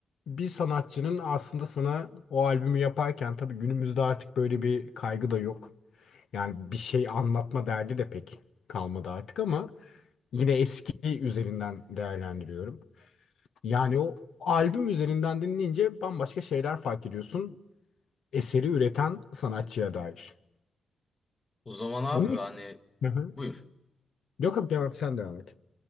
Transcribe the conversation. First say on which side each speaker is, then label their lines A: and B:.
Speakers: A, on the left (about 70°); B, on the left (about 35°).
A: bir sanatçının aslında sana o albümü yaparken tabii günümüzde artık böyle bir kaygı da yok. Yani bir şey anlatma derdi de pek kalmadı artık ama yine eski üzerinden değerlendiriyorum. Yani o albüm üzerinden dinleyince bambaşka şeyler fark ediyorsun. Eseri üreten sanatçıya dair.
B: o zaman abi
A: Onu hiç...
B: hani
A: Hı hı.
B: buyur.
A: Yok yok devam sen devam et.